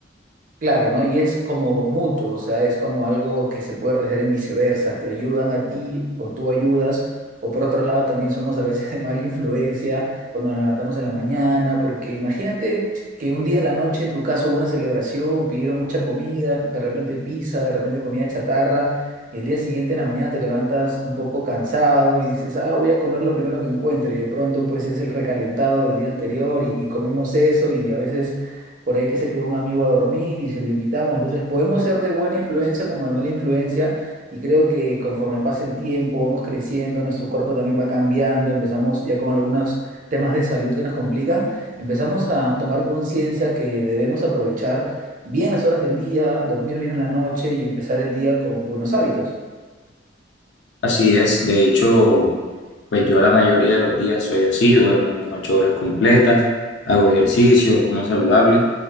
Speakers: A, on the right; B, on the left.
A: Claro, ¿no? Y es como mutuo, o sea, es como algo que se puede realizar en viceversa, te ayudan a ti o tú ayudas, o por otro lado también somos a veces <laughs> de mala influencia cuando nos levantamos en la mañana, porque imagínate que un día en la noche en tu caso hubo una celebración, pidieron mucha comida, de repente pizza, de repente comida chatarra, y el día siguiente en la mañana te levantas un poco cansado y dices, ah, voy a comer lo primero que encuentre, y de pronto pues es el recalentado del día anterior y, y comemos eso y a veces por ahí que se quedó un amigo a dormir y se lo invitamos. Entonces podemos ser de buena influencia como de mala influencia y creo que conforme pase el tiempo, vamos creciendo, nuestro cuerpo también va cambiando, empezamos ya con algunos temas de salud que nos complican, empezamos a tomar conciencia que debemos aprovechar bien las horas del día, dormir bien en la noche y empezar el día con buenos hábitos.
B: Así es, de hecho, pues yo la mayoría de los días soy así, duermo mis ocho horas completas, hago ejercicio, como saludable,